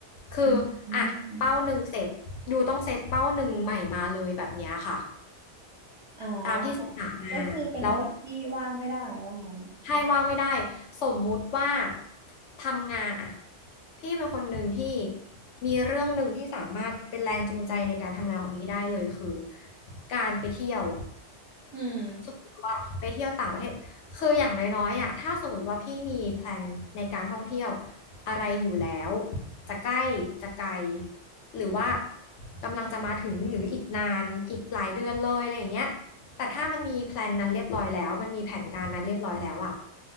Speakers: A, on the left; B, on the right.
A: คืออ่ะเป้าหนึ่งเสร็จอยู่ต้องเซตเป้าหนึ่งใหม่มาเลยแบบเนี้ยค่ะ
B: อืมอมอ่า
A: ตามที่ศึกษามาแล้ว
B: ก็คือเป็นคนที่ว่างไม่ได้ว่างั้น
A: ใช่ว่างไม่ได้สมมุติว่าทำงานอะพี่เป็นคนหนึ่งที่มีเรื่องหนึ่งที่สามารถเป็นแรงจูงใจในการทำงานของพี่ได้เลยคือการไปเที่ยว
B: อืม
A: สมมติว่าไปเที่ยวต่างประเทศคืออย่างน้อยๆอ่ะถ้าสมมติว่าพี่มีแพลนในการท่องเที่ยวอะไรอยู่แล้วจะใกล้จะไกลหรือว่ากำลังจะมาถึงหรืออีกนานอีกหลายเดือนเลยอะไรอย่างเงี้ยแต่ถ้ามันมีแพลนนั้นเรียบร้อยแล้วมันมีแผนการนั้นเรียบร้อยแล้วอ่ะ